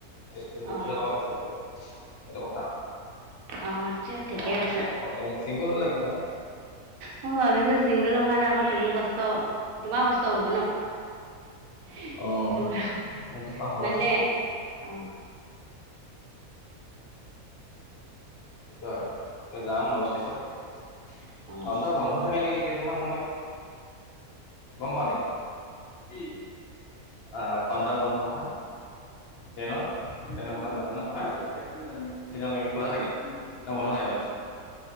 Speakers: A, on the left; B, on the right.
A: তে দুহেজাৰ
B: অ
A: টকা বাচি যাব। সেইটো কথা
B: অ তেতিয়াহ'লে ঠিকে
A: অ।
B: আছে
A: অ এ চিংগুল হ'লে একো নাই।
B: মই ভাবিছো চিংগুলৰ কাৰণে আক তুমি কষ্ট তোমাৰ কষ্ট হ'ব ন, সেইটো
A: অঁ
B: কথা ক,
A: সেইটো পাহৰে
B: মানে অ।
A: সেইটোয়ে আৰু ত যাম অলপ পিছত
B: অ
A: কাউণ্টাৰ বন্ধ থাকে নেকি কেইদিনমান সময়ত গম পাও নেকি? কি? আ কাউণ্টাৰ বন্ধৰ কথা। ট্ৰেইনৰ টেইনৰ কথা নাজানো ন, অ তিনটা লেকে খোলা থাকে। না বন্ধ থাকে তাৰপিছত,